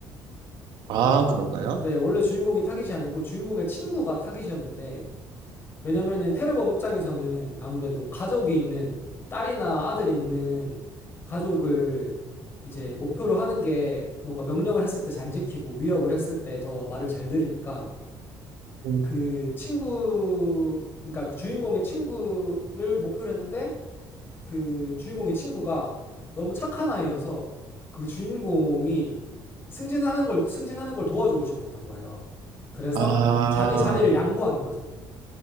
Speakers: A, on the right; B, on the left.
A: 아, 그런가요?
B: 네, 원래 주인공이 타겟이 아니고 주인공의 친구가 타겟이었는데, 왜냐면은 테러범 입장에서는 아무래도 가족이 있는, 딸이나 아들이 있는 가족을 이제 목표로 하는 게 뭔가 명령을 했을 때 잘 지키고 위협을 했을 때 더 말을 잘 들으니까
A: 음.
B: 그 친구, 그러니까 그 주인공의 친구를 목표로 했는데, 그 주인공의 친구가 너무 착한 아이여서 그 주인공이 승진하는 걸, 승진하는 걸 도와주고 싶었던 거예요. 그래서
A: 아,
B: 자기 자리를 양보한 거죠.